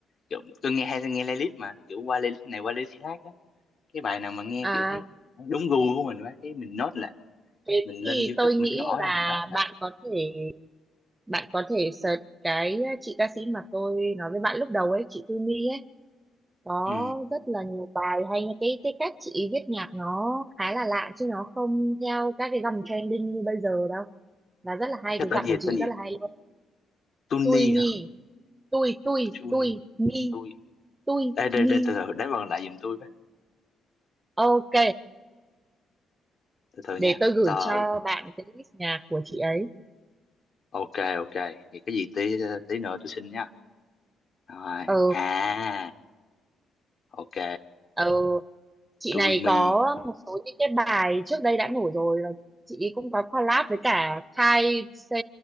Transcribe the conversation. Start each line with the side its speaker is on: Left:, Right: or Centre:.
Left: kiểu tôi nghe hay nghe playlist mà kiểu qua playlist này qua playlist khác á cái bài nào mà nghe
Right: à
Left: kiểu thấy đúng gu của mình quá cái mình note lại
Right: thế
Left: mình
Right: thì
Left: lên YouTube
Right: tôi nghĩ
Left: mình gõ
Right: là
Left: ra mình note lại
Right: bạn có thể bạn có thể search cái ờ, chị ca sĩ mà tôi nói với bạn lúc đầu ấy chị Tư mi ấy có
Left: ừ.
Right: rất là nhiều bài hay nha. cái cái cách chị viết nhạc nó khá là lạ chứ nó không theo các cái dòng trending như bây giờ đâu và rất là hay
Left: cái
Right: cái
Left: tên
Right: giọng
Left: gì
Right: của chị
Left: tên gì
Right: rất là hay
Left: Tuni
Right: tui
Left: hả
Right: mi tui tui
Left: Chun
Right: tui mi
Left: tôi
Right: tui
Left: đây đây
Right: mi
Left: đây từ từ đánh vần lại giùm tôi với
Right: ok
Left: từ từ nha
Right: để tôi gửi
Left: tờ
Right: cho bạn cái list nhạc của chị ấy
Left: ok ok thì cái gì tí tí nữa tôi xin nha rồi
Right: ờ
Left: à ok
Right: ờ chị
Left: tôi
Right: này
Left: mi
Right: có một số những cái bài trước đây đã nổi rồi và chị ấy cũng có collab với cả Thai Se-